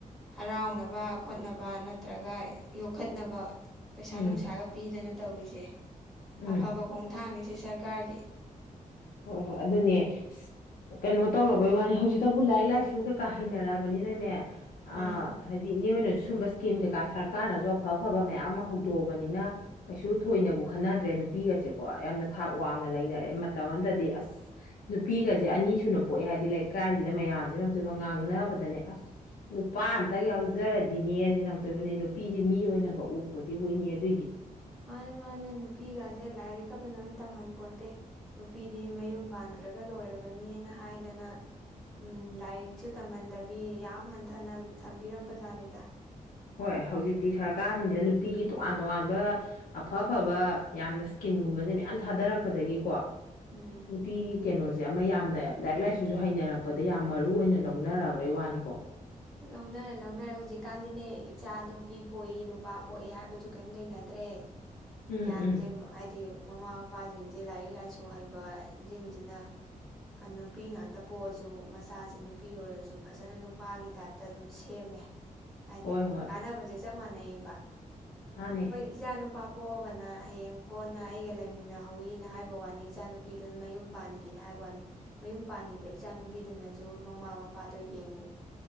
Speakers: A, in the centre; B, on the left (about 80°).
A: ꯍꯔꯥꯎꯅꯕ ꯈꯣꯠꯅꯕ ꯅꯠꯇ꯭ꯔꯒ ꯌꯣꯛꯈꯠꯅꯕ ꯄꯩꯁꯥ
B: ꯎꯝ
A: ꯅꯨꯡꯁꯥꯒ ꯄꯤꯗꯅ ꯇꯧꯔꯤꯁꯦ
B: ꯎꯝ
A: ꯑꯐꯕ ꯈꯣꯡꯊꯥꯡꯅꯤ ꯁꯤ ꯁꯔꯀꯥꯔꯒꯤ
B: ꯍꯣꯏ ꯍꯣꯏ ꯑꯗꯨꯅꯦ ꯀꯩꯅꯣ ꯇꯧꯔꯕꯩ ꯋꯥꯅꯤ ꯍꯧꯖꯤꯛꯇꯕꯨ ꯂꯥꯏꯔꯤꯛ ꯂꯥꯏꯁꯨ ꯀꯩꯀꯥ ꯍꯩꯅꯔꯛꯑꯕꯅꯤꯅꯅꯦ
A: ꯎꯝ
B: ꯑ ꯍꯥꯏꯗꯤ ꯏꯅꯦꯅꯁꯨ ꯁꯨꯝꯕ ꯏꯁꯀꯤꯝ ꯀꯩꯀꯥ ꯁꯔꯀꯥꯔꯅꯁꯨ ꯑꯐ ꯑꯐꯕ ꯃꯌꯥꯝ ꯑꯃ ꯍꯧꯗꯣꯛꯑꯕꯅꯤꯅ ꯀꯩꯁꯨ ꯊꯣꯏꯅꯕꯨ ꯈꯟꯅꯗ꯭ꯔꯦ ꯅꯨꯄꯤꯒꯁꯦꯀꯣ ꯌꯥꯝꯅ ꯊꯥꯛ ꯋꯥꯡꯅ ꯂꯩꯅꯔꯦ ꯃꯇꯝ ꯑꯃꯗꯗꯤ ꯑꯁ ꯅꯨꯄꯤꯒꯁꯦ ꯑꯅꯤ ꯁꯨꯅ ꯄꯣꯛꯑꯦ ꯍꯥꯏꯕꯗꯤ ꯂꯩꯀꯥꯏꯁꯤꯗ ꯃꯌꯥꯝꯁꯤ ꯅꯛꯇꯣꯏꯕ ꯉꯥꯡꯅꯕꯗꯅꯦ ꯑꯁ ꯅꯨꯄꯥ ꯑꯝꯇ ꯌꯥꯎꯖꯔꯗꯤꯅꯦꯖꯤ ꯅꯧꯛꯇꯣꯏꯕꯅꯦ ꯅꯨꯄꯤꯁꯦ ꯃꯤ ꯑꯣꯏꯅꯒ ꯎ ꯄꯣꯠꯇꯤꯕꯨꯏꯅꯤ ꯑꯗꯨꯏꯗꯤ꯫
A: ꯃꯥꯅꯦ ꯃꯥꯅꯦ ꯅꯨꯄꯤꯒꯁꯦ ꯂꯥꯏꯔꯤꯛꯀ ꯐꯖꯅ ꯇꯝꯍꯟꯄꫭꯟꯇꯦ ꯅꯨꯄꯤꯗꯤ ꯃꯌꯨꯝ ꯄꯥꯟꯈ꯭ꯔꯒ ꯂꯣꯏꯔꯕꯅꯤꯅ ꯍꯥꯏꯗꯅ꯫ ꯎꯝ ꯂꯥꯏꯔꯤꯛꯁꯨ ꯇꯝꯍꯟꯗꯕꯤ ꯌꯥꯝ ꯍꯟꯊꯅ ꯊꯝꯕꯤꯔꯝꯕꯖꯥꯠꯅꯤꯗ
B: ꯍꯣꯏ ꯍꯧꯖꯤꯛꯇꯤ ꯁꯔꯀꯥꯔꯁꯤꯡꯁꯤ ꯅꯨꯄꯤꯒꯤ ꯇꯣꯉꯥꯟ ꯇꯣꯉꯥꯟꯕ ꯑꯐ ꯑꯐꯕ ꯌꯥꯝꯅ ꯏꯁꯀꯤꯝꯒꯨꯝꯕꯁꯦ ꯃꯌꯥꯝ ꯊꯥꯗꯔꯛꯄꯗꯒꯤꯀꯣ
A: ꯎꯝ
B: ꯅꯨꯄꯤꯒꯤ ꯀꯩꯅꯣꯁꯦ ꯑꯃ ꯌꯥꯝꯅ ꯂꯥꯏꯔꯤꯛ ꯂꯥꯏꯁꯨ ꯍꯩꯅꯔꯛꯄꯗ ꯌꯥꯝ ꯃꯔꯨꯏ ꯑꯣꯏꯅ ꯂꯧꯅꯔꯛꯑꯕꯩ ꯋꯥꯅꯤꯀꯣ꯫
A: ꯂꯧꯅꯔꯦ ꯂꯧꯅꯔꯦ ꯍꯧꯖꯤꯛꯀꯥꯟꯗꯤꯅꯦ ꯏꯆꯥ ꯅꯨꯄꯤ ꯄꯣꯛꯏ ꯅꯨꯄꯥ ꯄꯣꯛꯏ ꯍꯥꯏꯕꯁꯨ ꯀꯩꯝ ꯂꯩꯅꯗ꯭ꯔꯦ꯫
B: <inaudible>
A: ꯒ꯭ꯌꯥꯟꯁꯦ
B: ꯎꯝ
A: ꯍꯥꯏꯗꯤ ꯃꯃꯥ ꯃꯄꯥꯁꯤꯡꯁꯦ ꯂꯥꯏꯔꯤꯛ ꯂꯥꯏꯁꯨ ꯍꯩꯕꯁꯤꯡꯁꯤꯅ ꯅꯨꯄꯤ ꯉꯥꯛꯇ ꯄꯣꯛꯑꯁꯨ ꯃꯆꯥꯁꯤꯦ ꯅꯨꯄꯤ ꯑꯣꯏꯔꯁꯨ ꯐꯖꯅ ꯅꯨꯄꯥꯒꯤ ꯇꯥꯏꯞꯇ ꯑꯗꯨꯝ ꯁꯦꯝꯃꯦ ꯍꯥꯏꯗꯤ
B: ꯍꯣꯏ ꯍꯣꯏ
A: ꯀꯥꯟꯅꯕꯁꯦ ꯆꯞ ꯃꯥꯟꯅꯩꯌꯦꯕ
B: ꯃꯥꯅꯦ
A: ꯏꯆꯥ ꯅꯨꯄꯥ ꯄꯣꯛꯑꯒꯅ ꯍꯌꯦꯡ ꯀꯣꯟꯅ ꯑꯩꯒ ꯂꯩꯃꯤꯟꯅꯍꯧꯋꯤꯅ ꯍꯥꯏꯕ ꯋꯥꯅꯤ ꯏꯆꯥ ꯅꯨꯨ ꯅꯨꯄꯤꯗꯨꯅ ꯃꯌꯨꯝ ꯄꯥꯟꯈꯤꯅ ꯍꯥꯏꯕ ꯋꯥꯅꯤ ꯃꯌꯨꯝ ꯄꯥꯟꯈꯤꯕ ꯏꯆꯥꯅꯨꯄꯤꯗꯨꯅꯁꯨ ꯃꯃꯥ ꯃꯄꯥꯗꯣ ꯌꯦꯡ